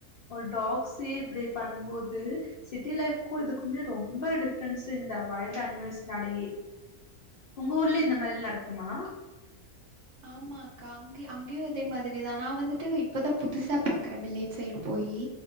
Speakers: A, on the left; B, on the right.
A: ஒரு டாக்ஸே இப்டி பண்ணும்போதூ சிட்டி லைஃப்க்கு இதுக்குமே ரொம்ப டிஃப்ரென்ஸ்ஸு இந்த வைல்ட் அனிமல்ஸ்னாலயே உங்க ஊர்ல இந்த மாரில் நடக்குமா
B: ஆமா அக்கா அங்கய் அங்கயு இதே மாதிரிதா நா வந்துட்டு இப்பதா புதுசா பாக்குறே வில்லேஜ் சைட் போயீ